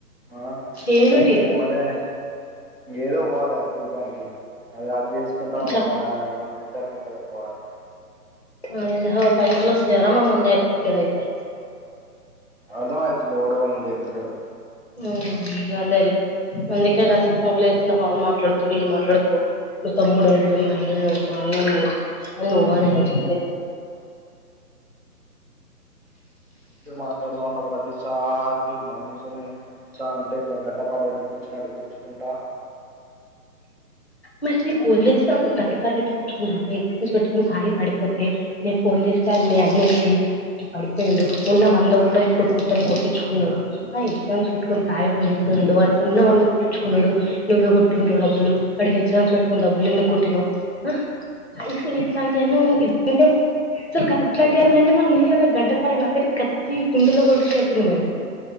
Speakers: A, on the right; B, on the left.
A: ఆ
B: ఏం
A: ఇది
B: డ్యూటీ
A: అయిపోయిన ఎంబటే ఏదో పోవాలే కూలి పనికి అదే ఆ చేసుకుంటాం వాళ్ళ
B: చెప్
A: మా వాళ్ళ ఇంటర్వ్యూ లళ్ళకి పోవాలి
B: ఆహా పైసలు వస్తాయానా మమ్మల్ని దేకట్లేదు అయితే
A: అర్ధమయ్త్ ఎవడు ఎవణ్ని దేక్తలేడు
B: ఊ అదే లే అందుకే గా ఫోన్ లేకున్న వాళ్ళు మాట్లాడుతుర్రు వీళ్ళు మాట్లాడుతుర్రు మా తమ్ముడు ఉన్నాడు మా అయ్యున్నడు మా అన్న ఉన్నడు నువ్వు నేనా చెప్పేది
A: నీతో మాట్లాడదామన్నా ప్రత్ తిసారి మనసుని ఎట్లా అంటే ఇట్ల గడ్డపార పెట్టి గుచ్చినట్టు గుచ్చుకుంటా
B: మరి నీకొదిలేస్తానప్పుడు గడ్డపార పెట్టి కుచ్చుకుంటుంటే నువ్ తాగి పడిపోతే నేను ఫోన్ చేస్తే ఆడ మీ అన్నెత్తి పడిపోయిండు ఉన్న వంద కూడా ప్పుడు కొట్టని కొట్టించుకున్నాడు ఆ ఎక్సామ్స్ పెట్టుకొని తాగి పడిపోయిండు వానికి ఉన్న వంద కొట్టించుకున్నడు నువ్వే కొట్టి ఉంటావు డబ్బులు ఆడికి ఎగ్జామ్స్ పెట్టుకొని డబ్బులు ఎందుకు కొట్టినవ్ అయితే ఇట్లాంటియన్ని అంటే అసలు కాదు ఇట్లాంటియన్ని
A: నేను
B: అంటే మల్ల నీకన్నా గంట నాకైతే కత్తి గుండెలో పోడిషినట్టు ఉంది మరి